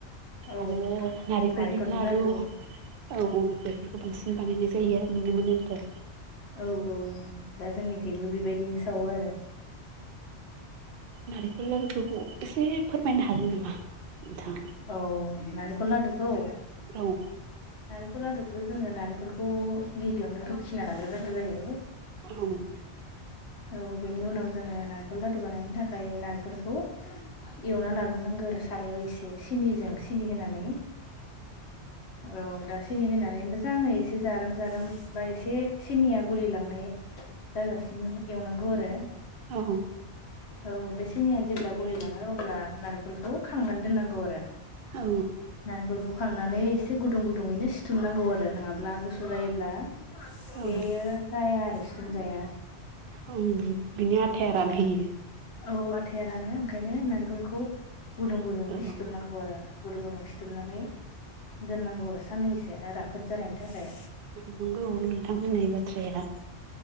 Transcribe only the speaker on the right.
आरो नारेखलनि
लारु
औ औ बेफोरखौ बांसिन बानायनाय जायो आरो नुनो मोनो आरो।
नारेखल लारुखौ एसे फोरमायनो हागोन नामा नोंथां?
औ।
औ।
औ।
औ
औ
ओं बिनि आथाया रानहैयो।
औ
नंगौ नोंथां होननाय बाथ्राया।